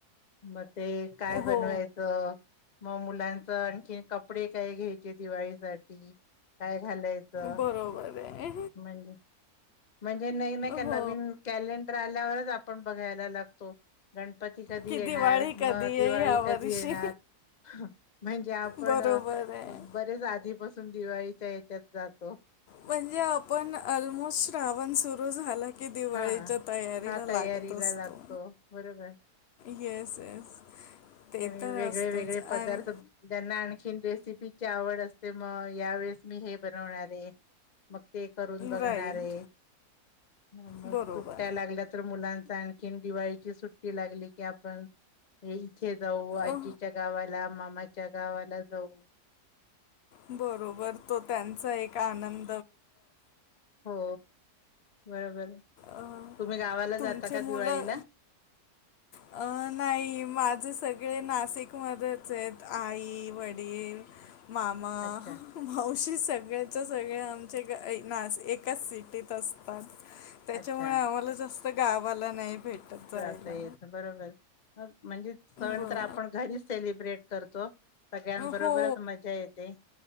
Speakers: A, on the left; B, on the left.
A: <inaudible> मग ते ते काय
B: हो
A: बनवायचं? मग मुलांच आणखीन कपडे काय घ्यायची दिवाळीसाठी? काय घालायचं
B: बरोबर आहे
A: म्हणजे म्हणजे नाही, नाही करणार.
B: हो
A: <unintelligible> मी आल्यावरच आपण बघाय लागतो. <unintelligible> गणपती कधी
B: की
A: येणार?
B: दिवाळी
A: मग
B: कधी
A: दिवाळी
B: आहे ह्या वर्षी
A: कधी येणार? म्हणजे आपण
B: बरोबर आहे
A: बरेच आधीपसून अजून दिवाळीच्या हेच्यात जातो.
B: म्हणजे आपण अलमोस्ट श्रावण सुरू झाला कि दिवाळीच्या
A: हा
B: तयारीला
A: हा
B: लागत
A: तयारीला
B: असतो.
A: लागतो बरोबर
B: येस! येस! ते
A: त्या वेगळे-वेगळे
B: तर असतंच आणि
A: पदार्थ ज्यांना आणखीन रेसिपी यीपी ची आवड असते, मग यावेेळेस मी हे बनवणारे मग ते करून बघणार
B: राईट
A: आहे. ह मग
B: बरोबर
A: सुट्या लागल्या तर मुलां आणखीन दिवाळीची सुट्टी लागली की आपण हम्म. इथे जाऊ आजीच्या
B: अ
A: गावात. चला मामाच्या गावाला जाऊ.
B: बरोबर, तो त्यांचा एक आनं
A: हो. बरोबर.
B: अ
A: तुम्ही गावाला
B: तुमचे
A: जाता का
B: मुलं
A: दिवाळीला
B: अ नाही माझे सगळे ना शिक मधेच आहेत आई वडील मामा
A: अच्छा
B: मावशी सग ळेच्या सगळे आमचे, एका नाशिक एकाच सिटीत असतात. त्याच्यामुळे
A: अच्छा
B: आम्हाला जास् त गावाला नाही भेटत जायला.
A: जाता येतं बरोबर. म्हणजे सण
B: बर
A: तर आपण घरीच सेलिब्रेट करतो. सगळ्यांबरोबरच
B: हो
A: मजा येते.